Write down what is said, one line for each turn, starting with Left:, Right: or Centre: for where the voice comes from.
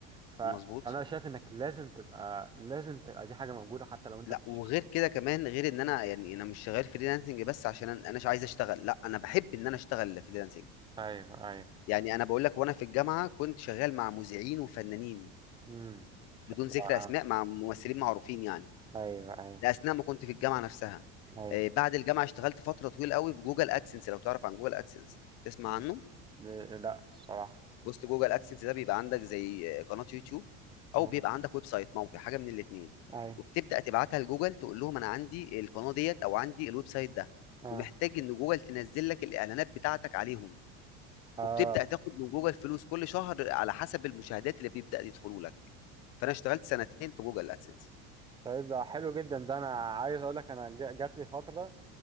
Right: ف... فأنا
Left: مظبوط
Right: شايف إنك لازم تبقى لازم تبقى دي حاجة موجودة حتى لو أنت
Left: لا
Right: بتشتغل
Left: وغير كده كمان غير ان انا يعني انا مش شغال فريلانسنج بس عشان انا أناش عايز اشتغل لا انا بحب ان انا اشتغل فريلانسنج
Right: أيوه أيوه
Left: يعني انا بقول لك وانا في الجامعه كنت شغال مع مذيعين وفنانين
Right: امم شكلها.
Left: بدون ذكر اسماء مع ممثلين معروفين يعني
Right: ايوه ايوه
Left: ده اثناء ما كنت في الجامعه نفسها
Right: ايوه
Left: آه، بعد الجامعه اشتغلت فتره طويله قوي في جوجل ادسنس لو تعرف عن جوجل ادسنس تسمع
Right: مم.
Left: عنه
Right: لا الصراحه
Left: بوست جوجل ادسنس ده بيبقى عندك زي قناه يوتيوب او
Right: اه
Left: بيبقى عندك ويب سايت موقع حاجه من الاثنين
Right: ايوه
Left: وبتبدا تبعتها لجوجل تقول لهم انا عندي القناه ديت او عندي الويب سايت ده
Right: اه
Left: ومحتاج ان جوجل تنزل لك الاعلانات بتاعتك عليهم
Right: اه
Left: وبتبدا تاخد من جوجل فلوس كل شهر على حسب المشاهدات اللي بيبدا يدخلوا لك فانا اشتغلت سنتين في جوجل ادسنس
Right: طيب ده حلو جدا ده انا عايز اقول لك انا جا- جات لي فتره